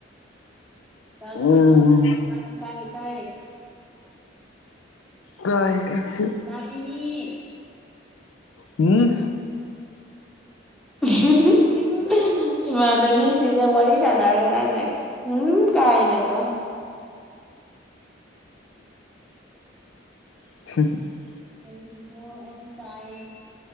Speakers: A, in the centre; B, on the left.
A: ꯇꯗꯕꯣ
B: ꯎꯝ
A: ꯇ ꯇꯥꯏꯦ
B: ꯇꯏꯁꯨ
A: ꯇꯥꯏꯌꯦꯃꯤ
B: ꯎꯝ
A: <unintelligible> ꯅꯕꯤꯁꯤꯗ ꯋꯥꯔꯤ ꯁꯥꯟꯅꯔꯒ ꯅꯪꯅ ꯎꯝ ꯀꯥꯏꯅꯀꯣ
B: <unintelligible>
A: ꯀꯔꯤꯅꫭ ꯑꯩꯗꯤ ꯇꯥꯏ